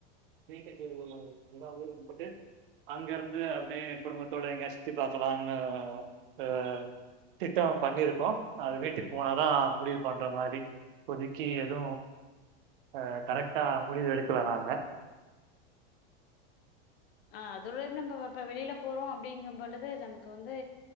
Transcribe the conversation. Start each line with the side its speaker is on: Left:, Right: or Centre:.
Right: <unintelligible> அங்க இருந்து அப்டியே குடும்பத்தோட எங்கயா சுத்தி பாத்துலான்னு அ திட்டோ பண்ணிருக்கோ அது வீட்டுக் போனாதா முடிவு பண்ற மாரி இப்போதிக்கி எது அ கரெக்டா முடிவு எடுக்கல நாங்க
Left: அ அதோட நம்மப்ப வெளியில போறோ அப்டிங்கும் பொழுது நமக்கு வந்து